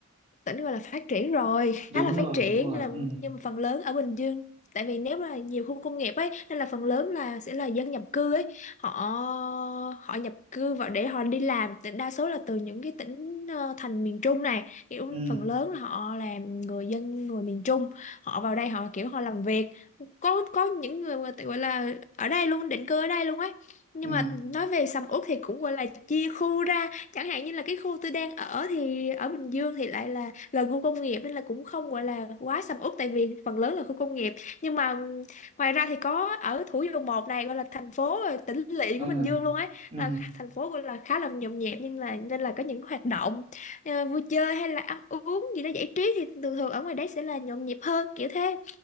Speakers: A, on the left; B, on the right.
A: tỉnh gọi là phát triển rồi khá
B: đúng
A: là
B: rồi
A: phát triển
B: đúng rồi
A: nên là
B: ừ
A: nhưng mà phần lớn ở Bình Dương tại vì nếu mà nhiều khu công nghiệp ấy nên là phần lớn là sẽ là dân nhập cư ấy họ họ nhập cư vào để họ đi làm Thì đa số là từ những cái tỉnh ờ, thành miền Trung này kiểu
B: ừ
A: phần lớn là họ là người dân người miền Trung họ vào đây họ kiểu họ làm việc có có những người mà tự gọi là ở đây luôn định cư ở đây luôn ấy nhưng
B: ừ
A: mà nói về sầm uất thì cũng gọi là chia khu ra Chẳng hạn như là cái khu tôi đang ở thì ở Bình Dương thì lại là gần khu công nghiệp Nên là cũng không gọi là quá sầm uất tại vì phần lớn là khu công nghiệp Nhưng mà ừm, ngoài ra thì có ở Thủ Dầu Một này gọi là thành phố ờ, tỉnh lỵ
B: ừ
A: của Bình Dương luôn ấy
B: ừ,
A: là kh- Thành phố gọi là khá là nhộn nhịp nhưng là nên là có những hoạt động ờ, vui chơi hay là ăn uống gì đó giải trí Thì thường thường ở ngoài đấy sẽ là nhộn nhịp hơn kiểu thế